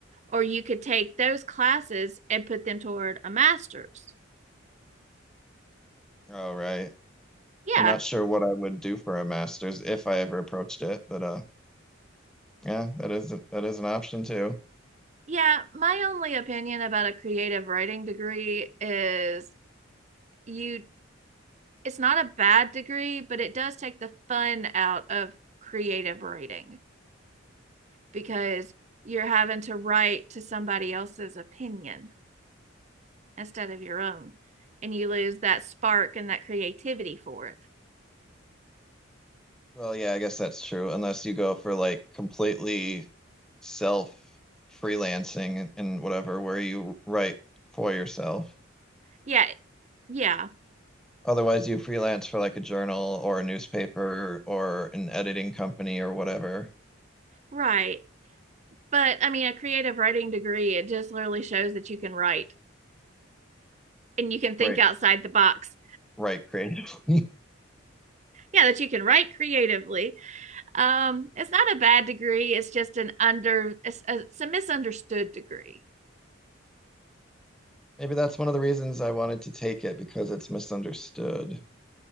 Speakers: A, on the right; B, in the centre.
A: or you could take those classes and put them toward a master's
B: Oh, right. right.
A: yeah
B: I'm not sure what I would do for a master's if I ever approached it, but uh, yeah, that is that is an option too.
A: yeah my only opinion about a creative writing degree is you it's not a bad degree, but it does take the fun out of creative writing because you're having to write to somebody else's opinion instead of your own. And you lose that spark and that creativity for it.
B: Well, yeah, I guess that's true, unless you go for like completely self freelancing and, and whatever, where you write for yourself.
A: Yeah. Yeah.
B: Otherwise, you freelance for like a journal or a newspaper or an editing company or whatever.
A: Right. But I mean, a creative writing degree, it just literally shows that you can write and you can think
B: Right,
A: outside the box.
B: right, creative.
A: Yeah, that you can write creatively. Um, it's not a bad degree. It's just an under, it's a, it's a misunderstood degree.
B: <laughs> Maybe that's one of the reasons I wanted to take it because it's misunderstood.